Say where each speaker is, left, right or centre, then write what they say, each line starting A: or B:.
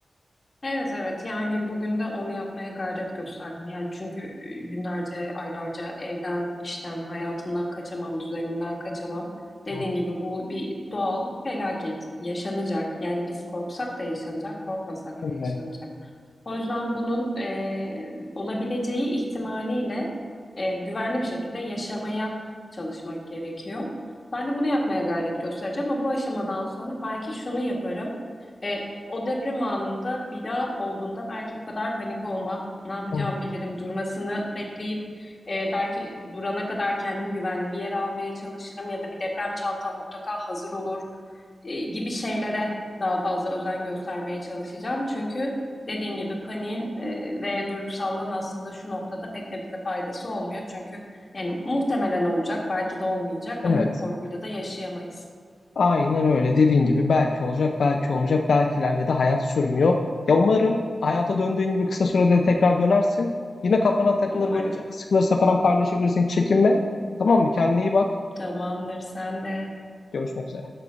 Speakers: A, on the left; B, on the left.
A: Evet evet yani bugün de onu yapmaya gayret gösterdim. Yani çünkü e, günlerce, aylarca evden, işten, hayatımdan kaçamam, düzenimden kaçamam. Dediğin
B: Hı,
A: gibi bu bir doğal felaket, yaşanacak. Yani biz korksak da yaşanacak, korkmasak
B: Aynen
A: da yaşanacak.
B: öyle.
A: O yüzden bunun e, olabileceği ihtimaliyle e, güvenli bir şekilde yaşamaya çalışmak gerekiyor. Ben de bunu yapmaya gayret göstereceğim ama bu aşamadan sonra belki şunu yaparım. E, o deprem anında bir daha olduğunda belki bu kadar panik olmam. Ne yapacağımı
B: Hı hı.
A: bilirim. Durmasını bekleyip e, belki durana kadar kendimi güvenli bir yere almaya çalışırım ya da bir deprem çantam mutlaka hazır olur e, gibi şeylere daha fazla özen göstermeye çalışacağım. Çünkü dediğin gibi paniğin e, ve duygusallığın aslında şu noktada pek de bize faydası olmuyor. Çünkü yani muhtemelen olacak, belki de olmayacak
B: Evet.
A: ama bu korkuyla da yaşayamayız.
B: Aynen öyle. Dediğin gibi belki olacak, belki olmayacak. Belkilerle de hayat sürmüyor. Ya umarım hayata döndüğün gibi kısa sürede de tekrar dönersin. Yine kafana takılır
A: Umarım.
B: böyle canın sıkılırsa falan paylaşabilirsin. Hiç Çekinme. Tamam mı? Kendine iyi bak.
A: Tamamdır, sen de.
B: Görüşmek üzere.